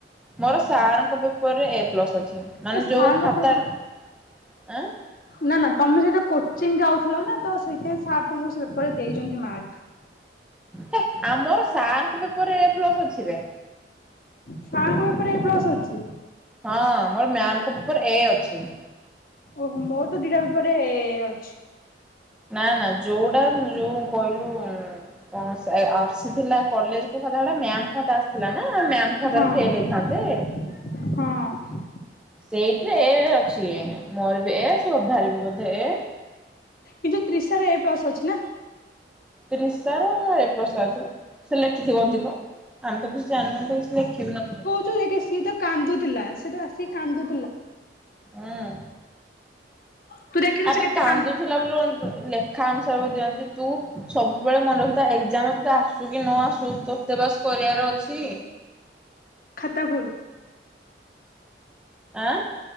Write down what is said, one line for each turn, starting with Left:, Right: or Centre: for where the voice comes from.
Centre: ମୋର ସାର୍ ଙ୍କ ପେପରରେ ଏ ପ୍ଲସ୍ ଅଛି ମାନେ
Left: ଆଉ
Centre: ଯୋଉ
Left: ସାରଙ୍କ
Centre: ଖାତାଟା ଆଁ
Left: ନା ନା ତମେ ସେଇଟା କୋଚିଂ ଯାଉଥିଲ ନା ତ ସେଇଥିଆଇଁ ସାର୍ ତମକୁ ସେ ପେପରରେ ଦେଇଚନ୍ତି ମାର୍କ।
Centre: ହେ ଆମର ସାର ଙ୍କ ପେପର୍ ରେ ଏ ପ୍ଲସ ଅଛି ବେ।
Left: ସାର୍ ଙ୍କ ପେପର୍ ରେ ଏ ପ୍ଲସ ଅଚି।
Centre: ହଁ ମୋର ମ୍ୟାମଙ୍କ ପେପର ଏ ଅଛି।
Left: ଓହୋ ମୋର ତ ଦିଟା ପେପର ରେ ଏ ଏ ଅଛି।
Centre: ନା ନା ଯୋଉଟା ଯୋଉଁ କହିଲୁ ଉଁ ଉଁ କଣ ସେ ଆ ଆସିଥିଲା କଲେଜକୁ ଖାତା ଗୁଡା ମାମ ଖାତା ଆସିଥିଲା ନା ମ୍ୟାମ୍ ଖାତାରେ
Left: ହଁ
Centre: ଫେଲ ହେଇଥାନ୍ତେ।
Left: ହଁ।
Centre: ସେଇଠିରେ ଏ ଏ ଅଛି ମୋର ବି ଏ ଶ୍ରଦ୍ଧାର ବି ବୋଧେ ଏ।
Left: କିନ୍ତୁ ତ୍ରିସାର ଏ ପ୍ଲସ ଅଛି ନା।
Centre: ତ୍ରିସା ର ଏ ପ୍ଲସ ତାର ଥିବ। ସେ ଲେଖିଥିବ
Left: ହୁଁ
Centre: ଅଧିକ ଆମେ ତ କିଛି ଜାଣିନାନ୍ତି କିଛି ଲେଖିବି ନଥିଲୁ।
Left: ତୁ ଦେଖେ ସିଏ ତ କାନ୍ଦୁଥିଲା ସିଏ ତ ଆସିକି କାନ୍ଦୁ
Centre: ଆଁ।
Left: ତୁ ଦେଖିନୁ
Centre: ଆବେ
Left: ସେ କେତେ
Centre: କାନ୍ଦୁଥିଲା ବୋଲି କ ଲେ ଖା ଅନୁସାରେ କୁ ଦିଅନ୍ତି ତୁ ସବୁବେଳେ ମନେ ରଖୁଥା ଏକ୍ଜାମରେ ତତେ ତ ଆସୁ କି ନ ଆସୁ ତୁ ତେ ବାସ କରିବାର ଅଛି।
Left: ଖାତା ଖୋଲ।
Centre: ଆଁ।